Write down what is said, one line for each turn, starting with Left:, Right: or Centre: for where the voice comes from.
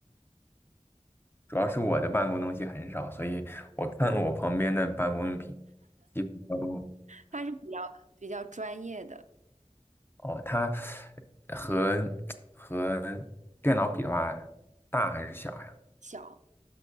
Left: 主要是我的办公东西很少，所以我看我旁边的办公用品，几乎都
Right: 它是比较比较专业的，
Left: 哦，它和和电脑比的话，大还是小呀？
Right: 小，